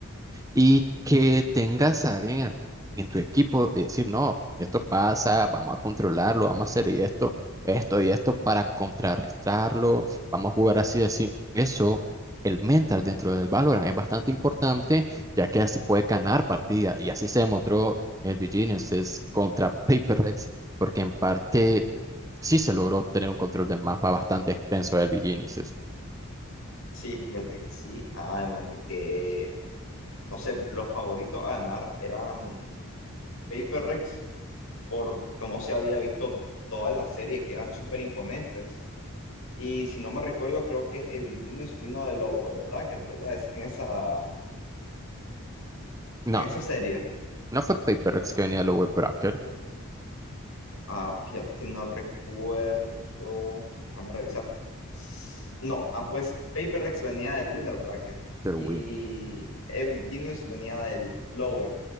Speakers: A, on the right; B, on the left.
A: y que tengas a alguien en, en tu equipo y decir, no, esto pasa, vamos a controlarlo, vamos a hacer y esto, esto y esto para contrarrestarlo, vamos a jugar así, así. Eso, el mental dentro del Valorant es bastante importante, ya que así puedes ganar partidas y así se demostró el BGNeSys contra PaperX, porque en parte sí se logró tener un control de mapa bastante extenso del BGNeSys.
B: Sí, fíjate que sí. Además de que, no sé, los favoritos a ganar eran Paper Rex por cómo se había visto toda la serie, que eran súper imponentes. Y si no me recuerdo, creo que Evil Genius vino del Lower Bracket, ¿verdad? Es en esa,
A: No,
B: en esa serie.
A: no fue PaperX que venía de Lower Bracket,
B: Ah, fíjate que no recuerdo. Déjame revisar. No, ah, pues Paper Rex venía del Winner Bracket
A: pero
B: y
A: bueno.
B: Evil Genius venía del Lower.